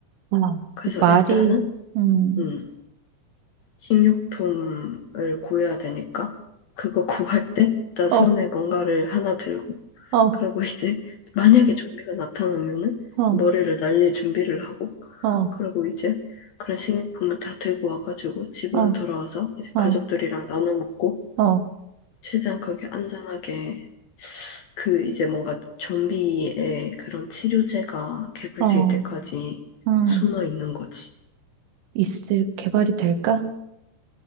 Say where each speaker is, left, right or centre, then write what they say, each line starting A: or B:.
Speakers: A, on the right (about 80°); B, on the left (about 65°).
A: 아,
B: 그래서
A: 말이
B: 일단은
A: 음.
B: 응 식료품을 구해야 되니까 그거 <laughs> 구할 때 나 손에
A: 어,
B: 뭔가를 하나 들고
A: 어,
B: 그리고 이제 만약에 좀비가 나타나면은
A: 어,
B: 머리를 날릴 준비를 하고
A: 어,
B: 그리고 이제 그런 식료품을 다 들고 와가지고 집으로
A: 어,
B: 돌아와서 이제 가족들이랑
A: 어,
B: 나눠 먹고
A: 어,
B: 최대한 거기 안전하게 그 이제 뭔가 좀비의 그런 치료제가 개발될
A: 어,
B: 때까지
A: 음.
B: 숨어 있는 거지.
A: 있을 개발이 될까?